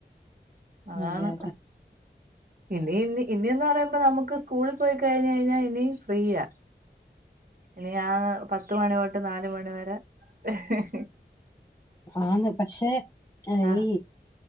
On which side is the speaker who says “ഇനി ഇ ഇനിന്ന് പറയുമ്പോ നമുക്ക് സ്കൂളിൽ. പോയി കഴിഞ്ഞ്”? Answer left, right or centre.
Right